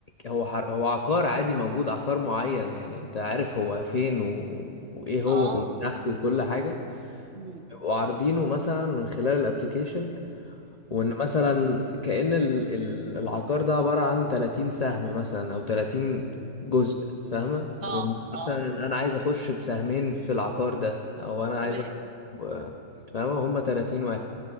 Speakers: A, on the left (about 55°); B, on the right (about 60°).
A: هو حر... هو عقار عادي موجود عقار معين يعني انت عارف هو فين و... وايه هو
B: اه
A: اه ومساحته وكل حاجة
B: امم
A: بيبقوا عارضينه مثلا من خلال الابليكيشن
B: امم
A: وان مثلا كأن ال... ال- العقار ده عبارة عن 30 سهم مثلا او 30 جزء فاهمة
B: اه
A: وان
B: اه
A: مثلا انا عايز اخش بسهمين في العقار ده او انا عايز
B: تمام
A: اخش ب- فاهمة هما 30 واحد